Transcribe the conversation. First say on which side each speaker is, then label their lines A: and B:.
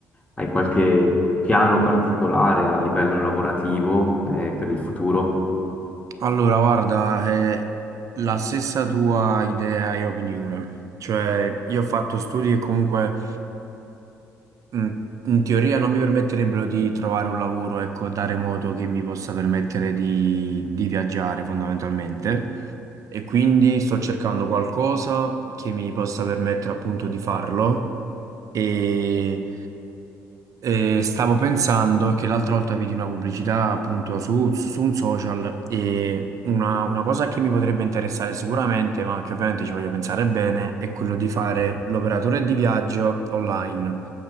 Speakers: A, on the left (about 15°); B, on the right (about 50°).
A: hai qualche piano particolare a livello lavorativo eh, per il futuro?
B: Allora, guarda, è la stessa tua idea e opinione. Cioè, io ho fatto studi che comunque Mm, In teoria non mi permetterebbero di trovare un lavoro, ecco, da remoto che mi possa permettere di, di viaggiare fondamentalmente. E quindi sto cercando qualcosa che mi possa permettere appunto di farlo. E, e stavo pensando che l'altra volta vidi una pubblicità appunto su, su un social e una, una cosa che mi potrebbe interessare sicuramente, ma che ovviamente ci voglio pensare bene, è quello di fare l'operatore di viaggio online.